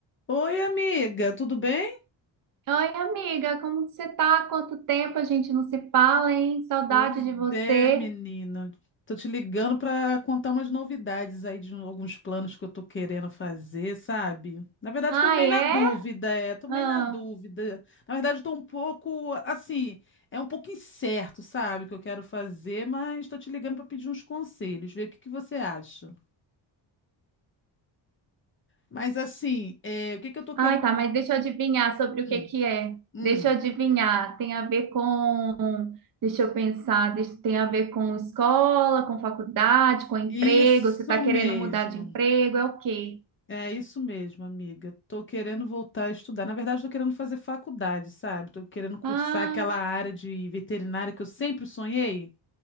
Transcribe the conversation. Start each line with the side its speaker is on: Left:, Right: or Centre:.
Left: Oi, amiga, tudo bem?
Right: Oi, amiga, como que você tá? Quanto tempo a gente não se fala, hein? Saudade
Left: Pois
Right: de você.
Left: é, menina. Tô te ligando pra contar umas novidades aí de alguns planos que eu tô querendo fazer, sabe? Na verdade,
Right: Ai,
Left: tô meio na
Right: é?
Left: dúvida, é, tô meio
Right: Ah.
Left: na dúvida. Na verdade, tô um pouco, assim, é um pouco incerto, sabe, o que eu quero fazer, mas tô te ligando pra pedir uns conselhos, ver o que que você acha. Mas assim, é, o que que eu tô querendo?
Right: Ai, tá, mas deixa eu adivinhar sobre
Left: Hum,
Right: o que que é.
Left: hum.
Right: Deixa eu adivinhar. Tem a ver com... Deixa eu pensar. deixa- Tem a ver com escola, com faculdade, com emprego.
Left: Isso
Right: Você tá querendo
Left: mesmo.
Right: mudar de emprego? É o quê?
Left: É isso mesmo, amiga. Tô querendo voltar a estudar. Na verdade, tô querendo fazer faculdade, sabe? Tô querendo cursar
Right: Ah,
Left: aquela área de veterinária que eu sempre sonhei.